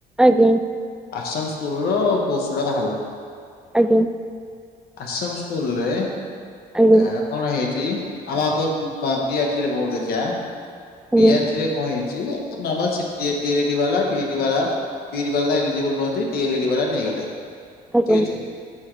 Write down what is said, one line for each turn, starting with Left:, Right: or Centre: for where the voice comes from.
Centre: ଆଜ୍ଞା
Left: ଆସାମ ସ୍କୁଲ ର ପୋଷ୍ଟଟୁା ବାହାରିଲା
Centre: ଆଜ୍ଞା
Left: ଆସାମ ସ୍କୁଲରେ
Centre: ଆଜ୍ଞା
Left: ଆ କଣ ହେଇଛିି ଆମ ଆଗ ପିଆରେ ବ ଦେଖିବା
Centre: ଆଜ୍ଞା
Left: ପିଆରେ କଣ ହେଇଛିର୍ମା ବାଡି ବାଲା ବିଇ ବା ଏଲିଜିିବଲ୍ୁହନ୍ତି ଡିଇଡି ବାଲା ନେଇଗଲେ।
Centre: ଆଜ୍ଞା
Left: ଠିକ ଅଛି।